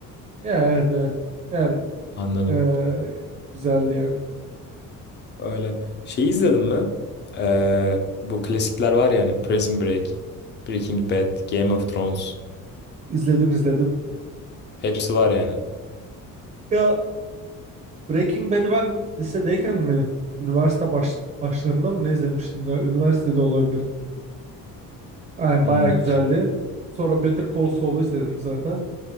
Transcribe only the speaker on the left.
Anladım.
Öyle. Şeyi izledin mi? Ee, bu klasikler var ya hani Prison Break, Breaking Bad, Game of Thrones.
Hepsi var yani.
Hmm.